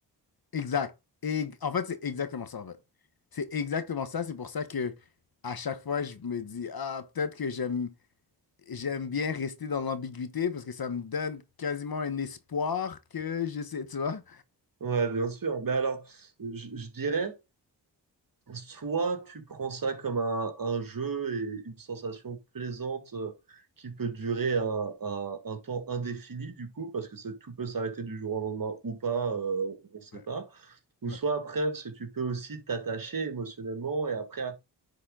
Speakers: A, on the left (about 55°); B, on the right (about 50°).
A: exact. Et en fait, c'est exactement ça, en fait. C'est exactement ça. C'est pour ça que à chaque fois, je me dis, ah, peut-être que j'aime j'aime bien rester dans l'ambiguïté parce que ça me donne quasiment un espoir que je sais, tu vois.
B: Ouais, bien sûr. Mais alors, je, je dirais. Soit tu prends ça comme un, un jeu et une sensation plaisante euh, qui peut durer un, un- un temps indéfini, du coup, parce que c'est- tout peut s'arrêter du jour au lendemain ou pas, euh, on ne sait
A: Ouais,
B: pas. Ou
A: ouais,
B: soit après, parce que tu peux aussi t'attacher émotionnellement et après